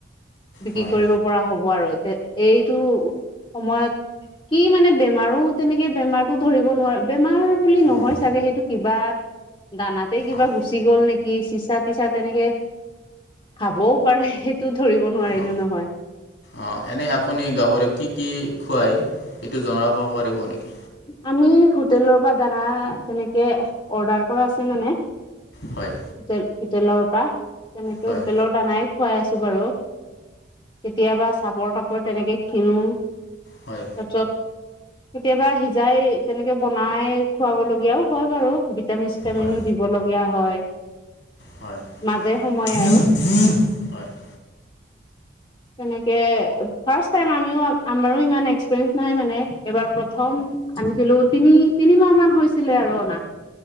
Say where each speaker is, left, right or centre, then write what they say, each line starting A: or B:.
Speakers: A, on the left; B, on the left.
A: বিক্ৰী
B: হয়
A: কৰিব পৰা হ' ব আৰু এইটো সময়ত কি মানে বেমাৰো তেনেকে বেমাৰো ধৰিব নোৱাৰে বেমাৰ বুলি নহয়
B: অঁ
A: চাগে সেইটো কিবা দানাতে কিবা
B: অঁ
A: গুচি গল নেকি চিচা-তিচা তেনেকে খাবও পাৰে সেইটো ধৰিব নোৱাৰিলো
B: অ
A: নহয়
B: অ এনেই আপুনি গাহৰিক কি কি খুৱাই এইটো জনাব পাৰিব নেকি?
A: আমি হোটেলৰ পৰা দানা তেনেকে অৰ্ডাৰ কৰা আছে মানে
B: হয়।
A: হোটেল হোটেলৰ পৰা তেনেকেও
B: হয়
A: হোটেলৰ দানায়েই খুৱাই আছো বাৰু কেতিয়াবা চাপৰ-তাপৰ তেনেকে কিনো।
B: হয়
A: তাৰপিছত কেতিয়াবা সিযাই তেনেকে বনাই খুৱাব লগীয়াও হয় বাৰু। ভিটামিন চিটামিন
B: হয়
A: দিব লগীয়া হয়।
B: হয়
A: মাজে সময়ে
B: ভম
A: আৰু
B: ভম হয় <unintelligible>
A: তেনেকে ফাষ্ট টাইম আমিও আমাৰো ইমান এক্সপিৰিয়েন্ঞ্চ নাই মানে এইবাৰ প্ৰথম। আনিছিলো তিনি তিনিমাহ মান হৈছিলে আৰু অনা।